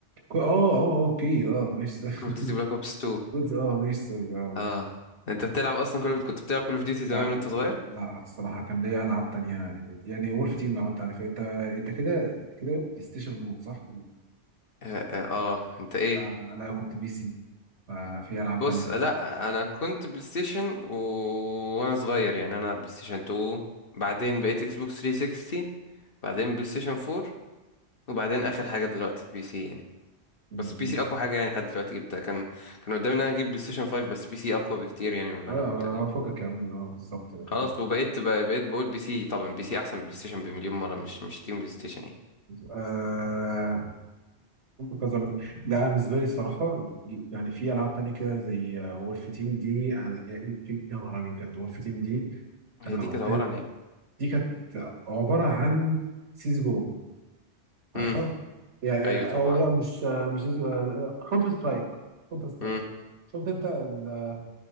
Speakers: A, on the right; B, on the left.
A: كو- أه أه آه، أوكي أه مش
B: كول اوف ديوتي
A: <laughs>
B: بلاك اوبس 2
A: كنت أه مش سوري أه
B: اه
A: مش
B: انت بتلعب اصلا كول كنت بتلعب كول اوف ديوتي
A: لا
B: زمان وانت صغير
A: لا الصراحة كان ليا ألعاب تانية يعني وولف تيم لو أنت عارفها أنت أنت كده أنت كده بلاي ستيشن مود صح؟
B: اه, آه, اه انت ايه
A: لا أنا كنت بي سي ففي ألعاب
B: بص
A: تانية
B: لا انا كنت بلاي ستيشن و... وانا صغير يعني انا بلاي ستيشن 2 بعدين بقيت اكس بوكس 360 بعدين بلاي ستيشن 4 وبعدين اخر حاجه دلوقتي البي سي يعني
A: مم.
B: بس بي سي اقوى حاجه يعني لحد دلوقتي جبتها كان كان قدامي ان انا اجيب بلاي ستيشن 5 بس بي سي اقوى بكتير يعني من اللي
A: اه
B: انا
A: لا،
B: كنت
A: هو-
B: اجيبه
A: اه فوقك يا عم اه بالظبط فوقك
B: خلاص وبقيت بقى بقيت بقول بي سي طبعا بي سي احسن من بلاي ستيشن بمليون مره مش مش تيم بلاي ستيشن يعني
A: آه... كذا لك لا أنا بالنسبه لي الصراحه يعني في العاب تانية كده زي وولف تيم دي أنا... يا يا نهار ابيض بجد وولف تيم دي
B: هي
A: انا
B: دي
A: قضيت
B: كانت عباره عن ايه
A: دي كانت عباره عن سيز جو عارفها
B: امم
A: يعني
B: ايوه طبعا
A: او لا مش آه، مش سيزو... كونتر سترايك كونتر سترايك
B: امم
A: شفت انت ال-